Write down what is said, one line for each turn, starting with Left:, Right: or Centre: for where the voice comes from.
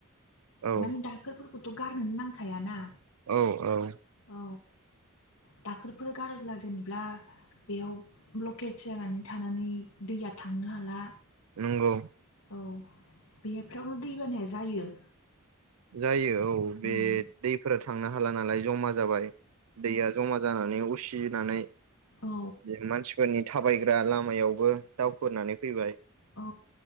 Right: औ
Left: मानि दाखोरफोरखौथ' गारनोनो नांखायाना।
Right: औ औ।
Left: औ दाखोरफोर गारोब्ला जो जेनेब्ला बेयाव ब्लकेेज जानानै थानानै दैया थांनो हाला।
Right: नंगौ।
Left: औ बेफ्रावनो दैबानाया जायो।
Right: जायो औ बे
Left: उम
Right: दैफोरा थांनो हाला नालाय जमा जाबाय दैया जमा जानानै उसिनानै
Left: औ
Right: जे मानसिफोरनि था थाबायग्रा लामायावबो दावखोनानै फैबाय।
Left: औ